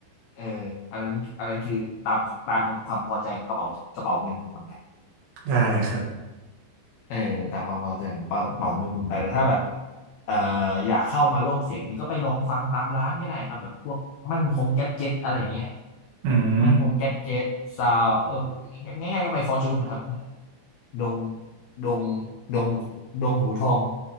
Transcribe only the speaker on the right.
ได้ครับ
อืม